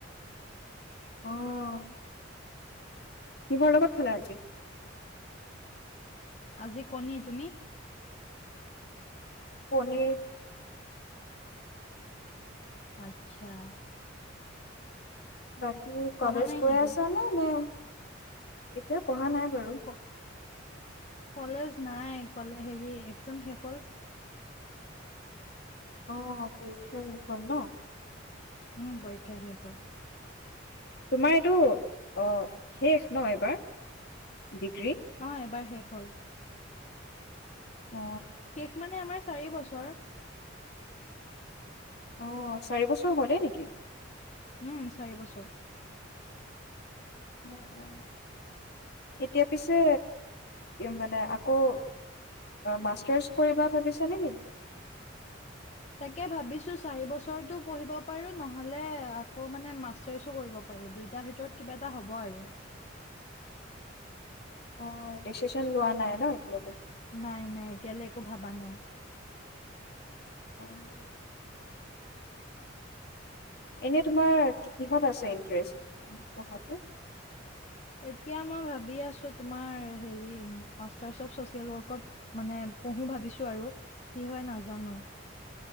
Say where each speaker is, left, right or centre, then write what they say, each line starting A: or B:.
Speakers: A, on the left (about 60°); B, on the left (about 35°).
A: অহ কিহৰ লগত খেলা আজি?
B: আজি কনী, তুমি?
A: পনীৰ।
B: আচ্ছা।
A: বাকী
B: পঢ়া
A: কলেজ
B: নাই
A: গৈ
B: নেকি
A: আছ নে? নে এতিয়া পঢ়া নাই। বাৰু
B: ক কলেজ নাই কলে হেৰি এক্জাম শেষ হ'ল।
A: অঁ, পৰীক্ষা শেষ হ'ল ন।
B: উম পৰীক্ষা শেষ হ'ল।
A: তোমাৰ এইটো অঁ, শেষ ন এইবাৰ। ডিগ্ৰী
B: অঁ, এবাৰ শেষ হ'ল।
A: অ
B: শেষ মানে আমাৰ চাৰি বছৰ
A: অঁ, চাৰি বছৰ হ'লেই নেকি।
B: উম, চাৰি বছৰ।
A: অঁ, অ, এতিয়া পিছে মানে আকৌ মাষ্টাৰৰ্চ কৰিবা ভাবিছা নেকি।
B: তাকে ভাবিছো চাৰি বছৰতো পঢ়িব পাৰো নহ'লে আকৌ মানে মাষ্টাৰছো কৰিব পাৰো, দুইটা ভিতৰত কিবা এটা হ'ব আৰু।
A: অঁ, ডিচিশ্যন লোৱা নাই ন এতিয়ালৈ।
B: নাই নাই এতিয়ালৈ একো ভাবা নাই।
A: অ'। এনে তোমাৰ কিহত আছে ইণ্টাৰেষ্ট, পঢ়াটো।
B: এতিয়া মই ভাবি আছো তোমাৰ হেৰি মাষ্টাৰ্ছ অফ চচিয়েল ৱৰ্কত মানে পঢ়ো ভাবিছো আৰু। কি হয় নাজানো।